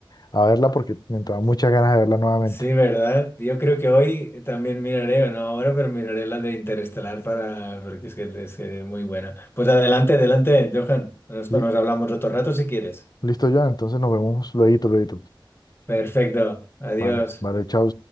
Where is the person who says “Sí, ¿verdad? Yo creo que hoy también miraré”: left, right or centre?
Left